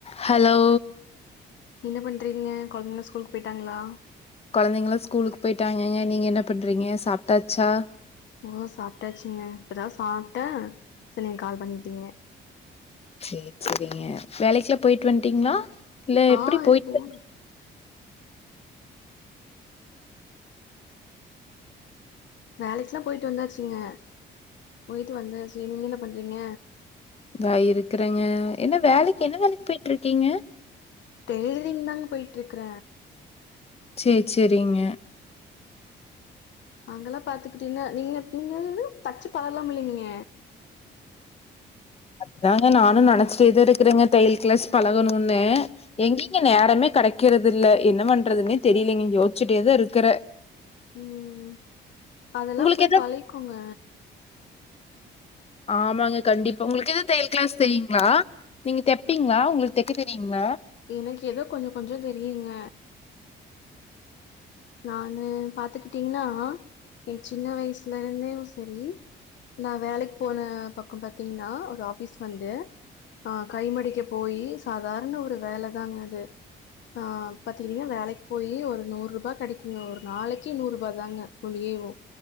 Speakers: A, on the left; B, on the left.
A: hello
B: என்ன பண்றீங்க கொழந்தைங்கல ஸ்கூக்கு போயிட்டாங்களா
A: கொழந்தைங்களா ஸ்கூலுக்கு போயிட்டாங்கங்க நீங்க என்ன பண்றீங்க சாப்ட்டாச்சா
B: ஓ சாப்ட்டாச்சுங்க இப்பதா சாப்ட்ட சரி நீங்க கால் பண்ணிட்டீங்க
A: சேரி சேரிங்க வேலைக்குல்லா போயிட்டு வந்ட்டீங்களா இல்ல
B: ஆ
A: எப்படி போயிட்டு
B: போனு வேலைக்குல்லா போயிட்டு வந்தாச்சுங்க போயிட்டு வந்தாச்சு நீங்க என்ன பண்றீங்க
A: வே இருக்கறங்க என்ன வேலைக்கு என்ன வேலைக்கு போய்ட்டு இருக்கீங்க
B: டெய்லரிங் தாங் போயிட்ருக்கற
A: சேரி சேரிங்க
B: நாங்கெல்லா பாத்துகிட்டீன்னா நீங்க நீங்க வந்து தச்சு பலகலாமில்லைங்க
A: அதுதாங்க நானு நெனைச்சிட்டேதா இருக்கிறங்க தையல் கிளாஸ் பழகணும்னு எங்கிங்க நேரமே கடைக்கிறதுல்ல என்ன பண்றதுன்னே தெரியலீங்க யோசிச்சிட்டேதா இருக்கற
B: ம் அதெல்லா
A: உங்களுக்கு
B: போய்
A: எதா
B: பழகிகோங்க
A: ஆமாங்க கண்டிப்பா உங்களுக்கு எது தையல் கிளாஸ் தெரியுங்களா நீங்க தெப்பீங்களா உங்களுக்கு தெக்க தெரியீங்களா
B: எனக்கு எதோ கொஞ்ச கொஞ்ச தெரியுங்க நானு பாத்துகிட்டீங்னா என் சின்ன வயசுல இருந்தே சரி நான் வேலைக்கு போன பக்கம் பாத்தீங்ன்னா ஒரு ஆபீஸ் வந்து அ கைமடிக்க போய் சாதாரண ஒரு வேலைதாங்க அது அ பாத்திட்டீங்ன்னா வேலைக்கு போய் ஒரு நூறுபா கடைக்குங்க ஒரு நாளைக்கு நூறுபா தாங்க குழியவோ